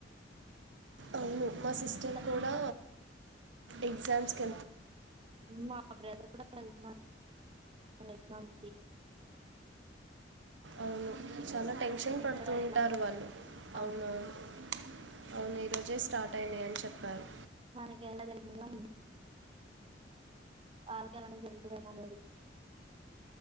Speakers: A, on the right; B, on the right.
A: అవును మా సిస్టర్
B: ఇంకా
A: కూడా ఎగ్జామ్ ఇక
B: మా బ్రదర్ కూడా వెళ్తున్నాడు మన ఎగ్జామ్ ఫి
A: అవును చాలా టెన్షన్ పడుతూ
B: కదా ఎగ్జామ్స్
A: ఉంటారు వాళ్ళు అవునవును
B: అవును
A: అవును ఈ రోజే స్టార్ట్ అయినాయ్ అని చెప్పారు
B: మనకి ఎలా జరిగినాయో వాళ్లకి అలానే జరుగుతాదేమో మేబి